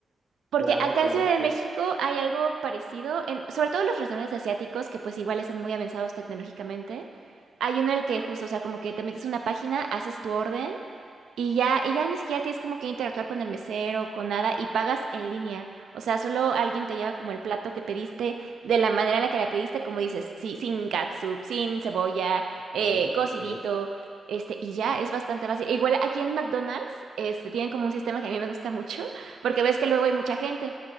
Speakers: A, on the right; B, in the centre.
A: Porque
B: Claro,
A: acá
B: claro,
A: en Ciudad de
B: sí.
A: México hay algo parecido, en, sobre todo en los restaurantes asiáticos, que pues igual están muy avanzados tecnológicamente. Hay uno en el que justo, o sea, como que te metes a una página, haces tu orden y ya, y ya ni siquiera tienes como que interactuar con el mesero, con nada, y pagas en línea. O sea, solo alguien te lleva como el plato que pediste, de la manera en la que la pediste, como dices, sí, sin catsup, sin cebolla,
B: Ok,
A: eh, cocidito,
B: ok,
A: este, y ya es bastante fácil. E Igual aquí en McDonald's, este, tienen como un sistema que a mí me gusta mucho, <laughs> porque ves que luego hay mucha gente.